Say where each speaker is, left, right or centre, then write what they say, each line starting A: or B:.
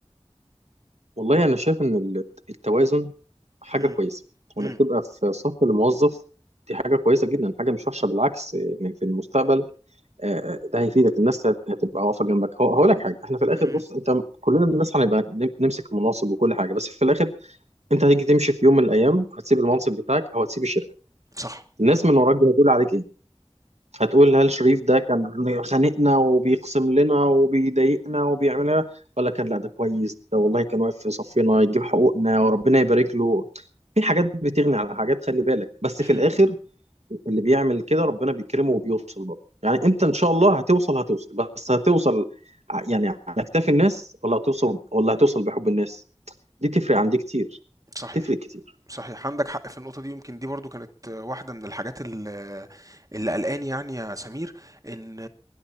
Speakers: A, on the right; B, on the right.
A: والله أنا شايف إن ال- التوازن حاجة
B: امم
A: كويسة وإنك
B: امم
A: تبقى في صف الموظف دي حاجة كويسة جدا حاجة مش وحشة بالعكس يعني في المستقبل آه، آه، ده هيفيدك الناس هت- هتبقى واقفة جنبك هو- هقول لك حاجة إحنا في الآخر
B: امم
A: بص أنت كلنا الناس هنبقى نم- نمسك مناصب وكل حاجة بس في الآخر أنت هتيجي تمشي في يوم من الأيام هتسيب المنصب بتاعك أو هتسيب الشركة
B: صح
A: الناس من وراك دي هتقول عليك إيه هتقول هل شريف ده كان خانقنا وبيقسم لنا وبيضايقنا وبيعمل لنا ولا كان لا ده كويس ده والله كان واقف في صفنا يجيب حقوقنا وربنا يبارك له في حاجات بتغني على حاجات خلي بالك بس
B: امم
A: في الاخر اللي بيعمل كده ربنا بيكرمه وبيوصل برضه يعني انت ان شاء الله هتوصل هتوصل بس هتوصل ع- يعني على اكتاف الناس ولا هتوصل ولا هتوصل بحب الناس دي تفرق عندي كتير
B: صحيح
A: تفرق كتير
B: صحيح عندك حق في النقطة دي يمكن دي برضو كانت واحدة من الحاجات اللي اللي قلقاني يعني يا سمير ان